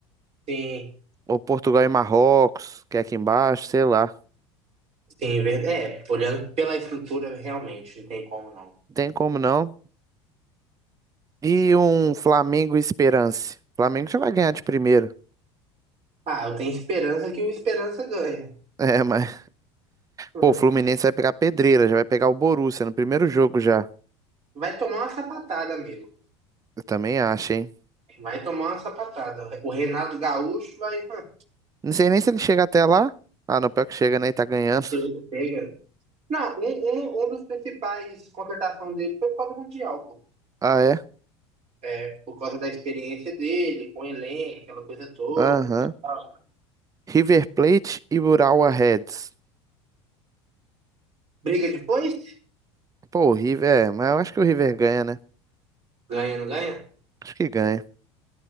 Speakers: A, on the right; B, on the right.
A: Sim,
B: Ou Portugal e Marrocos, que é aqui embaixo, sei lá.
A: sim, é ver- é, olhando pela estrutura, realmente, não tem como não.
B: Não tem como não. E um Flamengo e Esperance. Flamengo já vai ganhar de primeira. <laughs>
A: Ah, eu tenho esperança que o Esperança ganha.
B: É, mas.
A: <laughs>
B: Pô, o Fluminense vai pegar pedreira, já vai pegar o Borussia no primeiro jogo já.
A: Vai tomar uma sapatada, amigo.
B: Eu também acho, hein?
A: Vai tomar uma sapatada. O Renato Gaúcho vai. hã,
B: Não sei nem se ele chega até lá. Ah, não, pior que chega, né? E tá ganhando.
A: Chega, chega. Não, um, um, um dos principais contratações dele foi o Paulo Mundial, pô.
B: Ah, é?
A: é, por causa da experiência dele, com o Elen, aquela coisa toda
B: Aham.
A: e tal.
B: River Plate e Urawa Reds.
A: Briga depois
B: Pô, o River, é, mas eu acho que o River ganha, né?
A: Ganha, não ganha?
B: Acho que ganha.